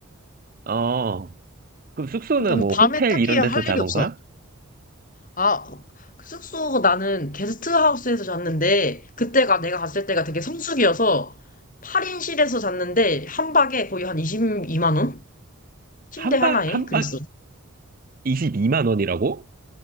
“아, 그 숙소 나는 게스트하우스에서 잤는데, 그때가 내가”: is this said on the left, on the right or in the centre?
Left